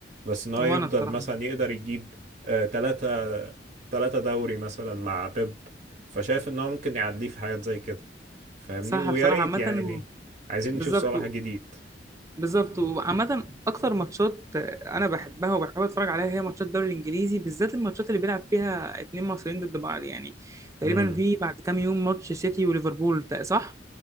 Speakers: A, on the right; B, on the right.
A: بس ان هو
B: وانا
A: يفضل
B: بصراحه
A: مثلا يقدر يجيب آه، تلاتة تلاتة دوري مثلا مع بيب فشايف ان هو ممكن يعديه في حاجات زي كده فاهمني
B: صح
A: ويا
B: بصراحه
A: ريت
B: عامه
A: يعني ني. عايزين
B: بالظبط
A: نشوف صلاح جديد
B: بالظبط وعامه اكتر ماتشات انا بحبها وبحب اتفرج عليها هي ماتشات الدوري الانجليزي بالذات الماتشات اللي بيلعب فيها اتنين مصريين ضد بعض يعني تقريبا
A: امم
B: في بعد كام يوم ماتش سيتي وليفربول صح؟